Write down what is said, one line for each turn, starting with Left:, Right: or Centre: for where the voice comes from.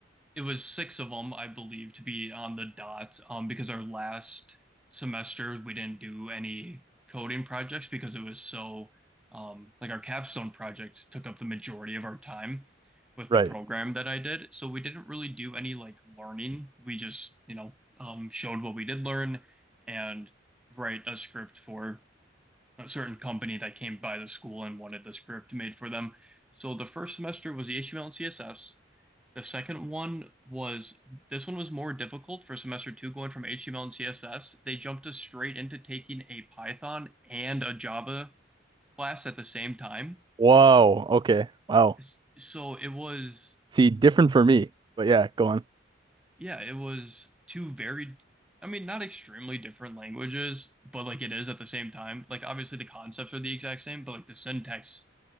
Centre: it was six of them, I believe, to be on the dot. Um, because our last semester we didn't do any coding projects because it was so um, like our capstone project took up the majority of our time with
Right: Right.
Centre: the program that I did. So we didn't really do any like learning. We just, you know, um, showed what we did learn and write a script for a certain company that came by the school and wanted the script made for them. So the first semester was the HTML and CSS. The second one was this one was more difficult for semester two going from HTML and CSS. They jumped us straight into taking a Python and a Java class at the same time.
Right: Whoa. Okay. Wow.
Centre: S- So it was,
Right: See, different for me. But yeah, go on.
Centre: yeah, it was two very, I mean, not extremely different languages, but like it is at the same time. Like obviously the concepts are the exact same, but like the syntax